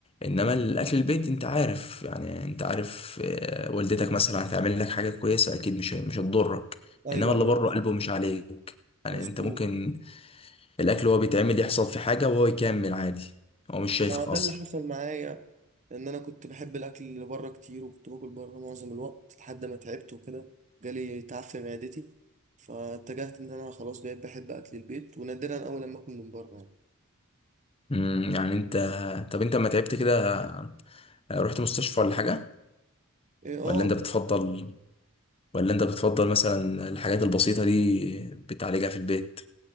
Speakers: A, on the left; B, on the right.
A: انما الاكل البيت انت عارف يعني انت عارف آه والدتك مثلا هتعمل لك حاجه كويسه اكيد مش مش هتضرك
B: ايوه
A: انما اللي
B: ايوه
A: بره
B: مظبوط
A: قلبه مش عليك
B: مظبوط
A: يعني انت ممكن الاكل هو بيتعمل يحصل في حاجه وهو يكمل عادي هو مش شايفك
B: ما ده
A: اصلا
B: اللي حصل معايا ان انا كنت بحب الاكل اللي بره كتير وكنت باكل بره معظم الوقت لحد ما تعبت وكده جالي تعب في معدتي فاتجهت ان انا خلاص بقيت بحب اكل البيت ونادرا اول لما اكل من بره يعني
A: امم يعني انت طب انت لما تعبت كده آه، رحت مستشفى ولا حاجة
B: إيه، اه
A: ولا انت بتفضل ولا انت بتفضل مثلا الحاجات البسيطة دي بتعالجها في البيت